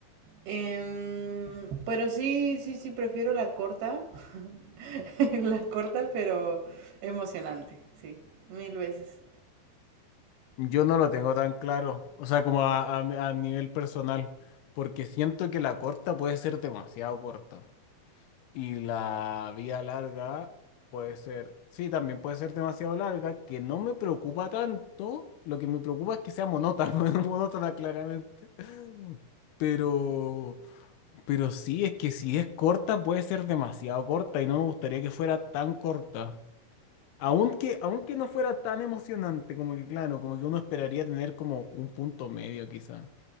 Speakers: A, on the right; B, on the left.
A: Em, pero sí, sí, sí, prefiero la corta. <laughs> La corta, pero emocionante, sí, mil veces.
B: Yo no lo tengo tan claro, o sea, como a, a a nivel personal, porque siento que la corta puede ser demasiado corta. Y la vía larga puede ser, sí, también puede ser demasiado larga, que no me preocupa tanto. Lo que me preocupa es que sea monótona, <laughs> monótona claramente. Pero, pero sí, es que si es corta, puede ser demasiado corta y no me gustaría que fuera tan corta. Aunque, aunque no fuera tan emocionante, como que claro, como que uno esperaría tener como un punto medio quizá.